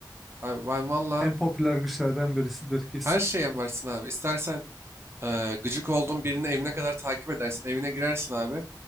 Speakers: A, on the right; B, in the centre.
A: Abi ben valla
B: En popüler güçlerden birisidir kesin.
A: her şeye varsın abi. İstersen Eee, gıcık olduğun birini evine kadar takip edersin. Evine girersin abi.